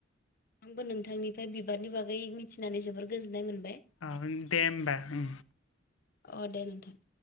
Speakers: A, on the left; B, on the left.
A: आंबो नोंथांनिफ्राय बिबारनि बागै मिथिनानै जोबोर गोजोननाय मोनबाय।
B: औ दे होमबाओ
A: अ दे नोंथां।